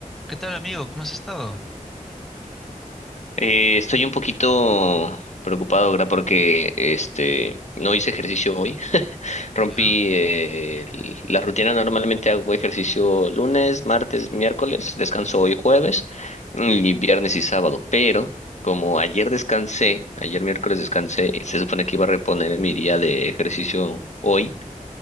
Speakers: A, in the centre; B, on the left.
A: ¿Qué tal, amigo? ¿Cómo has estado?
B: Eh, estoy un poquito preocupado ahora porque este no hice ejercicio hoy. Rompí
A: ¿Ya?
B: eh, el- la rutina. Normalmente hago ejercicio lunes, martes, miércoles, descanso hoy jueves y viernes y sábado. Pero como ayer descansé, ayer miércoles descansé, se supone que iba a reponer mi día de ejercicio hoy